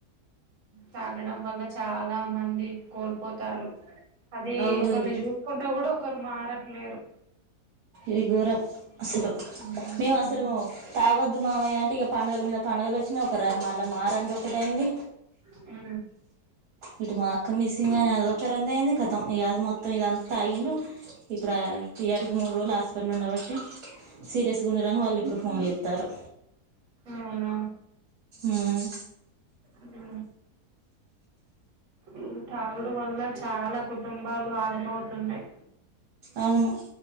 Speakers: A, on the right; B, on the right.
A: తాగడం వల్ల చాలా మంది కోల్పోతారు అది
B: అవును
A: ఒకరిని
B: ఇది
A: చూసుకుంటా కూడా ఒకరు మారట్లేరు
B: ఏ ఘోరం అసలు
A: ఉమ్
B: మేము అసలు బోము. తాగొద్దు మామయ అంటే ఇగ పండగల మీద పండగలొచ్చినా ఒక రమ్ మళ్ళ మారందోకటయింది.
A: ఆ
B: ఇటు మాక్క మిస్సింగ్ అని అదొక రందయింది. కదం ఇ అది మొత్తం ఇదంతా తాగిండు ఇప్పుడ ఈయాడికి మూడు రోజులు హాస్పిటల్ ఉండబట్టి. సీరియస్ గా ఉండరని వాల్లిప్పుడు ఫోన్ చేత్తారు.
A: అవునా
B: ఉమ్
A: ఉ ఈ తాగుడు వల్ల చాలా కుటుంబాలు ఆగమవుతున్నాయి
B: అవును